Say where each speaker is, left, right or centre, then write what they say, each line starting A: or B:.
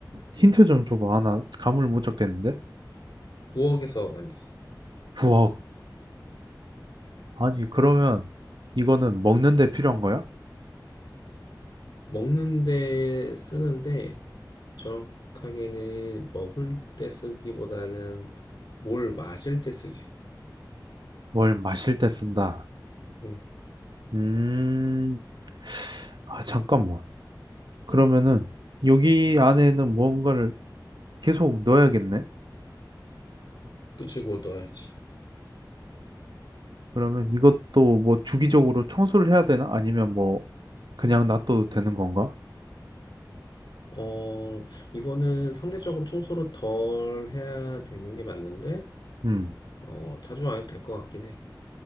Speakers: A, on the right; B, on the left.
A: 힌트 좀 줘봐. 아, 나 감을 못 잡겠는데?
B: 부엌에서 많이 써.
A: 우와, 아니, 그러면 이거는 먹는 데 필요한 거야?
B: 먹는데 쓰는데 정확하게는 먹을 때 쓰기보다는 뭘 마실 때 쓰지.
A: 뭘 마실 때 쓴다.
B: 응.
A: 음, 아, 잠깐만. 그러면은 여기 안에는 무언가를 계속 넣어야겠네?
B: 끄집어 넣어야지.
A: 그러면 이것도 뭐 주기적으로 청소를 해야 되나? 아니면 뭐 그냥 놔둬도 되는 건가?
B: 어, 이거는 상대적으로 청소를 덜 해야 되는 게 맞는데,
A: 음,
B: 어, 자주 안 해도 될 것 같긴 해.